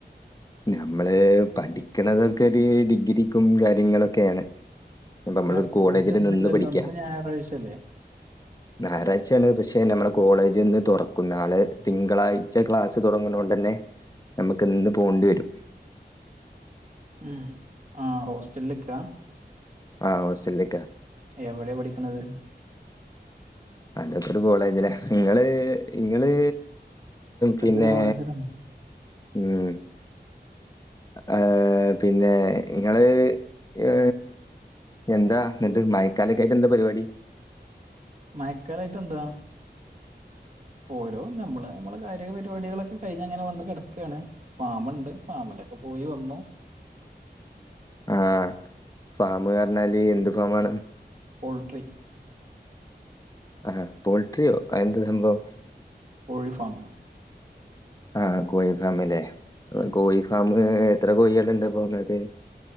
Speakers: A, on the left; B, on the right.
A: നമ്മള് പഠിക്കണതൊക്കെ ഒരു ഡിഗ്രിക്കും കാര്യങ്ങളൊക്കെയാണ് പ്പ നമ്മൾ
B: അല്ല
A: ഒരു
B: കോളേജ്
A: കോളേജില്
B: ഒന്നുംല്ലല്ലോ
A: നിന്ന് പഠിക്കാ
B: ഇന്ന് ഞായറാഴ്ചല്ലേ
A: ഞായറാഴ്ചയാണ് പക്ഷെ നമ്മളെ കോളേജ് ഇന്ന് തുറക്കും നാളെ തിങ്കളാഴ്ച ക്ലാസ് തുടങ്ങുണണ്ടന്നെ നമ്മക്ക് ഇന്ന് പോണ്ടേരും
B: ഉം ആഹ് ഹോസ്റ്റെൽക്ക?
A: ആഹ ഹോസ്റ്റലിക്കാ
B: എവിടെ പഠിക്ക്ണത്?
A: അതൊക്കൊരു കോളേജില നങ്ങള് ഇങ്ങള്
B: അതൊക്കെ
A: പിന്നെ
B: ഒരു കോളേജിലാ
A: ഉം ആഹ പിന്നെ ങ്ങള് ഏ എന്താ ന്നിട്ട് മഴക്കാലൊക്കായിട്ട് എന്താ പരിപാടി?
B: മയക്കാലായിട്ടെന്താ ഓരോ നമ്മള് നമ്മള് കായിക പരിപാടികളൊക്കെ കഴിഞ്ഞ് അങ്ങനെ വന്ന് കിടക്കുകയാണ് ഫാമുണ്ട് ഫാമിലൊക്കെ പോയി വന്നു
A: ആഹ ഫാമ്‌ന്ന് പറഞ്ഞാല് എന്ത് ഫാ മാണ്?
B: പോൾട്രി
A: ആഹ് പോൾട്രിയോ അത്എന്ത സംഭവം?
B: കോഴി ഫാമ്
A: ആഹ് കോഴി ഫാമ് ല്ലേ
B: ഉം.
A: കോഴി ഫാമ് എത്ര കോഴേള്ണ്ട്? <unintelligible>